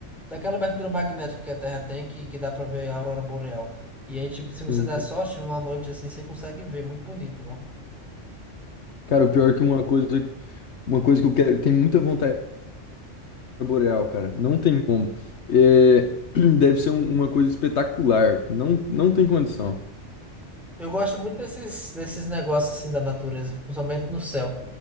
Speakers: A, in the centre; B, on the left (about 65°).
A: daquela abertura magnética que a Terra tem, que, que dá pra ver a aurora boreal. E aí, tipo, se
B: Sim,
A: você der
B: cara.
A: sorte, numa noite assim, você consegue ver, muito bonito lá.
B: Cara, o pior é que uma coisa, uma coisa que eu quero, tenho muita vontade de ver boreal, cara. Não tem como. É, <clears throat> deve ser um- uma coisa espetacular. Não, não tem condição.
A: Eu gosto muito desses, desses negócios assim da natureza, principalmente no céu.